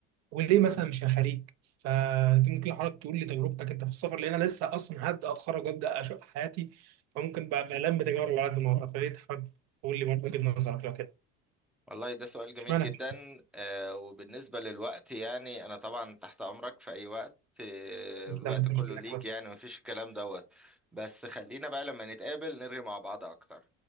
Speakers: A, on the right; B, in the centre.
A: وليه مثلا مش الخليج فدي ممكن حضرتك تقول لي تجربتك انت في السفر لان انا لسه اصلا هبدا اتخرج وابدا اشق حياتي فممكن بقى بقى الم تجارب على قد ما اقدر فليه حضرتك تقول لي برضه وجهه نظرك لو كده
B: والله ده سؤال جميل
A: اشمعنى
B: جدا آه وبالنسبة للوقت يعني أنا طبعا تحت أمرك في أي وقت آه
A: فنلندا
B: الوقت
A: ما
B: كله
A: فيش منك
B: ليك
A: أبدا.
B: يعني مفيش الكلام دوت بس خلينا بقى لما نتقابل نرغي مع بعض أكتر